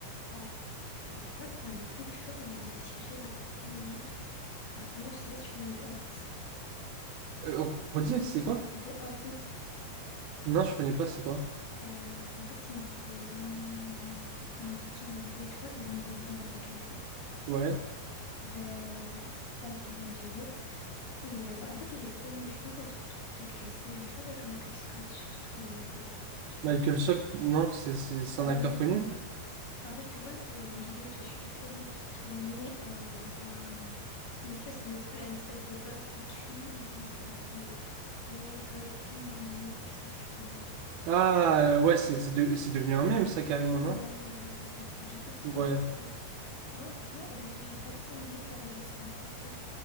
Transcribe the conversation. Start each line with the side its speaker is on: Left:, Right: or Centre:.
Left: ah. Alors là, c'est un peu dur, mais je dirais la première. La première, je sais pas si tu connais The Office.
Right: Euh, redis, c'est quoi?
Left: The Office,
Right: Non, je connais pas, c'est quoi?
Left: euh, en fait, c'est une série américaine un peu, tu vois, l'humour un peu américain.
Right: Ouais.
Left: Ben, en fait, ça se passe dans un bureau. Et euh, en fait, il est connu, je pense, et surtout quelques scènes, tu vois, avec Michael Scott. Je sais pas si tu connais Michael Scott, je pense.
Right: Michael Sock, non, c'est c'est- c'est
Left: Euh,
Right: un acteur connu.
Left: en fait, tu vois, il y a une vidéo qui est super connue qui tournait euh, où il y a euh, une espèce de, un espèce de boss qui crie, il dit, il dit euh, Ouais, God, please, non. Je sais pas si tu connais.
Right: Ah, euh, ouais, c'est c'est de- c'est devenu un mème, ça, carrément,
Left: Ouais,
Right: non?
Left: ouais, c'est ça. Mais Du coup, c'est ça.
Right: Ouais.
Left: des- mais Moi, franchement, au début, j'ai pas trop aimé. Genre, j'ai, ça m'a pas fait rire.